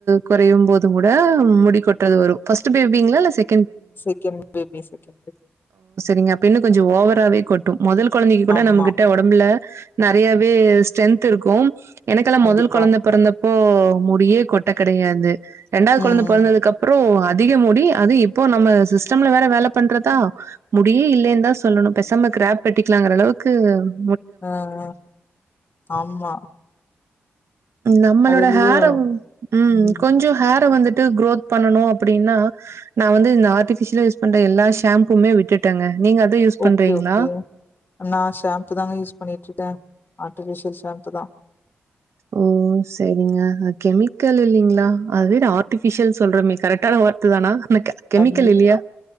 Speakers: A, on the right (about 70°); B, on the left (about 45°).
A: கொறையும் போது கூட முடி கொட்றது வரு ஃபர்ஸ்ட்டு பேபிங்ளா இல்ல ஸெ
B: செகெண்ட் பேபி செகண்ட்டு
A: ரிங்க அப்பின்னு கொஞ்சொ ஓவராவே கொட்டு முதல் கொழந்தைக்கு கூட
B: ஆமா
A: நம்மகிட்ட ஒடம்புல நெறையாவே ஸ்டென்த் இருக்கு எனக்கெல்லா
B: கண்டிப்பா.
A: மொதல் குழந்த பிறந்தப் போ முடியே கொட்ட கெடையாது ரென்டாவது கொழந்த
B: ம்.
A: பொறந்ததுக்கு அப்ரோ அதிக முடி அது இப்போ நம்ம சிஸ்டம்ல வேற வேல பண்றதா முடியே இல்லன்னுதா சொல்லணும் பெசாம்மா கிராப் பெட்டிக்கலாங்ற அளவுக்கு இது
B: அஹ் ஹா ஆமா
A: நம்மளோட
B: அதுலயு
A: ஹேர உம்
B: ம்.
A: கொஞ்ச ஹேர வந்துட்டு குரோத் பண்ணனு அப்டின்னா நான் வந்து இந்த ஆர்ட்டிபிஷியல்ஸ் யூஸ் பண்ற எல்லா ஷேம்புமே விட்டுட்டேங்க நீங்க அத யூஸ் பண்றீங்களா?
B: ஓகே ஓகே நான் ஷாம்பு தாங்க யூஸ் பண்ணிற்ருக்கே ஆர்ட்டிஃபிஷியல் ஷாம்பூ தா
A: ஓ சரிங்க அ கெமிக்கல்லு இல்லைங்களா அதுவே ஆர்ட்டிபிஷியல் சொல்றமே கரெக்டான வார்த்த தானா எனக்கு கெமிக்கல்
B: கண்டிப்பா
A: இல்லையா?